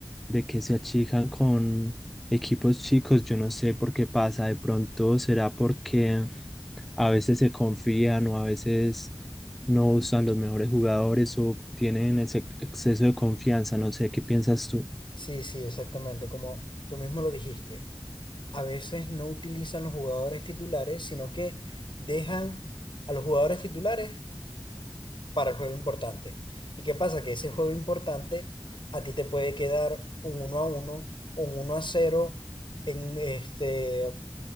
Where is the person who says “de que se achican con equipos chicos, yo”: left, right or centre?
Centre